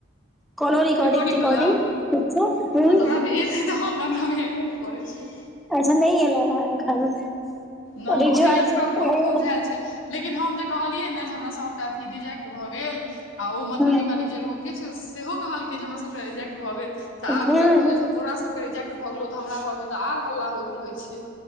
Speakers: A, in the centre; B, on the left (about 80°).
A: कोनो रिकॉर्डिंग
B: रिकोर्डिंग
A: तिकॉर्डिंग
B: वला
A: किछो हूँ
B: हँ वयह मे एतै तहन न ओकरा मे एबे नैय करै छैय।
A: अच्छा नहि एलनि हँ एखन
B: नै
A: रिजु
B: ओहि
A: आइ
B: लए ओकरा
A: सब
B: मोन
A: हँ
B: खौझेल छैय। लेकिन हम जे कहलियै ने जे हमरा सबटा। रिजेक्ट भऽ गेल आ ओ मधुबनी
A: हँ
B: वाली जे रहौ के छौ सेहो। कहलकै जे हमरा सबटा रिजेक्ट भऽ गेल तऽ आब
A: हँ
B: ओकरा कहै
A: हँ
B: छैय जहन तोरा सब। रिजेक्ट भऽ गेलौ तऽ हमरा घर मे तऽ और हल्ला होइत रहै छैय।